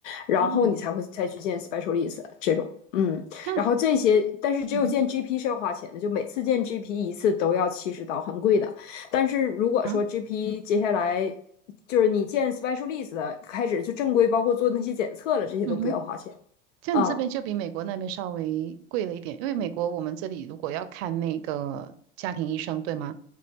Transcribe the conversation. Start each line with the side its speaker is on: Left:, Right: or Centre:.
Left: 然后你才会再去见
Right: 嗯，
Left: specialist 这种，嗯。
Right: 但
Left: 然后这些，但是只有见
Right: 嗯哼
Left: GP 是要花钱的，就每次见 GP 一次都要七十刀，很贵的。但是如果说
Right: 啊，
Left: GP 接下来就是你见 specialist 的开始就正规，包括做那些检测了，这些都不要花钱。
Right: 嗯哼。像你这边就比美国那边稍微贵了一点，
Left: 啊，
Right: 因为美国我们这里如果要看那个家庭医生，对吗？